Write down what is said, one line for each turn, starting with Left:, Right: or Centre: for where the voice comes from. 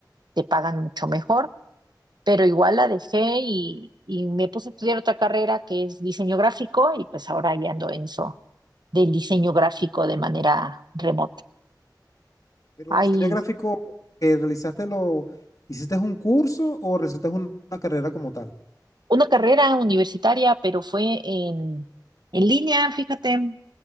Right: te pagan mucho mejor, pero igual la dejé y, y me puse a estudiar otra carrera que es diseño gráfico y pues ahora ya ando en eso del diseño gráfico de manera remota.
Left: Pero
Right: Hay
Left: el diseño gráfico que realizaste lo, ¿hiciste un curso o realizaste una una carrera como tal?
Right: una carrera universitaria, pero fue en, en línea, fíjate,